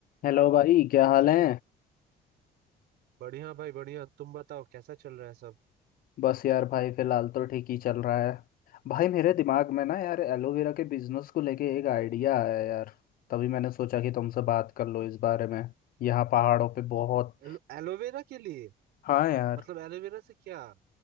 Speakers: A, on the left; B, on the right.
A: Hello भाई क्या हाल है
B: बढ़िया भाई बढ़िया तुम बताओ कैसा चल रहा है सब
A: बस यार भाई फिलहाल तो ठीक ही चल रहा है भाई मेरे दिमाग में ना यार एलोवेरा के बिजनेस को लेके एक आइडिया आया यार तभी मैंने सोचा कि तुमसे बात कर लो इस बारे में यहाँ पहाड़ों पे बहुत
B: एलो, एलोवेरा के लिए
A: हाँ यार
B: मतलब एलोवेरा से क्या